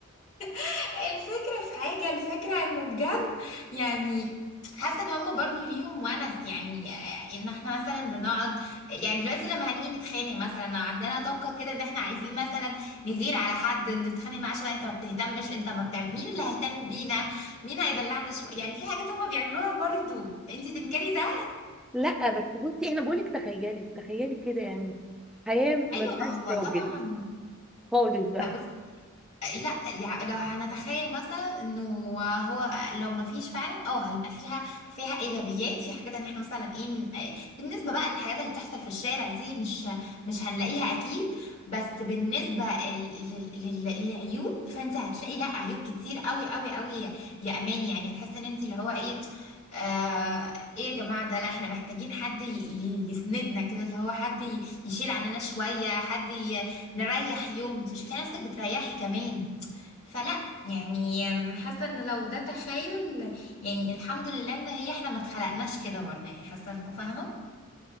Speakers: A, on the left (about 30°); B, in the centre.
A: <laughs> الفكرة في حاجة الفكرة انه بجد يعني حاسة ان هم برضو ليهم ونس يعني آه، ان احنا مثلا بنقعد يعني دلوقتي لما هنيجي نتخانق مثلا لو عندنا طاقة كده ان احنا عايزين مثلا نغير على حد نتخانق معاه شوية انت ما بتهتمش انت ما بتعمل مين اللي هيهتم بينا مين هيدلعنا شوية يعني في حاجات هم بيعملوها برضو انت تنكري ده
B: لا بس بصي انا بقولك تخيلي تخيلي كده يعني حياه ما
A: ايوه
B: فيهاش
A: ما هو
B: راجل
A: طبعا
B: خالص بقى
A: ما لا يع- لو هنتخيل مثلا انه هو لو ما فيش فعلا اه هيبقى فيها فيها ايجابيات في حاجات ان احنا مثلا ايه م- آه، بالنسبه بقى للحاجات اللي بتحصل في الشارع دي مش مش هنلاقيها اكيد بس بالنسبه ال- لل- لل- للعيوب فانت هتلاقي لا عيوب كتير قوي قوي قوي يا يا امان يعني هتحس ان انت اللي هو ايه آه ايه يا جماعه ده لا احنا محتاجين حد ي- ي- يسندنا كده اللي هو حد ي- يشيل عننا شويه حد نريح يوم انت مش هتلاقي نفسك بتريحي كمان فلا يعني حاسه ان لو ده تخيل يعني الحمد لله ان هي احنا ما اتخلقناش كده برضه يعني حاسه انه فاهمه